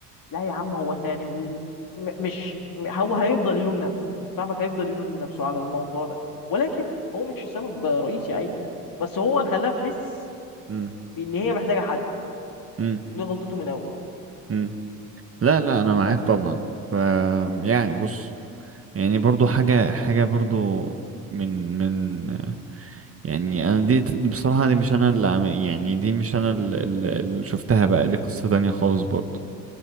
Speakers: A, on the left (about 45°); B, on the right (about 30°).
A: لا يا عم هو انت يعني م- م- مش م- هو هيفضل يلوم نفسه صاحبك هيفضل يلوم نفسه على الموضوع ده ولكن هو مش السبب رئيسي عادي يعني بس هو خلاها تحس
B: مم.
A: بان هي محتاجه حد
B: مم.
A: دي غلطته من الاول
B: مم. لا لا انا معاك
A: بس
B: طبعا ف يعني بص يعني برضو حاجه حاجه برضو من من يعني انا دي دي بصراحه دي مش انا اللي عم يعني دي مش انا اللي, اللي شفتها بقى دي قصه تانية خالص برضو